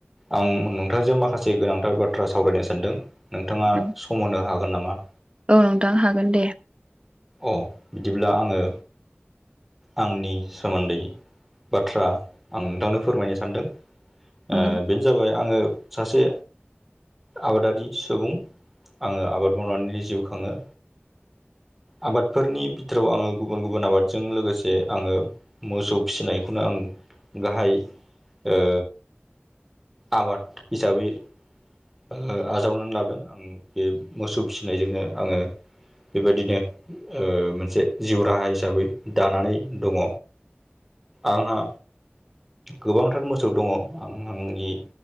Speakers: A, in the centre; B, on the right.
A: आं नोंथांजों माखासे गोनांथार बाथ्रा सावरायनो सानदों नोंथाङा
B: दं
A: स सम होनो हागोन नामा?
B: औ नोंथां हागोन दे।
A: अ बिदिब्ला आङो आंनि सोमोन्दै बाथ्रा आं नोंथांनो फोरमायनो सानदों। ओ
B: औ
A: बेनो जाबाय आङो सासे आबादारि सुबुं आङो आबाद मावनानै जिउ खाङो। आबादफोरनि बिथोराव आङो गुबुन गुबुन आबादजों लोगोसे आङो मोसौ फिसिनायखौनो आं गाहाय ओ आबाद हिसाबै ओ आजावनानै लादों आं बे मोसौ फिसिनायजोंनो आङो बेबायदिनो ओ मोनसे जिउ राहा हिसाबै दानानै दङ। आंहा गोबांथार मोसौ दङ आं आंनि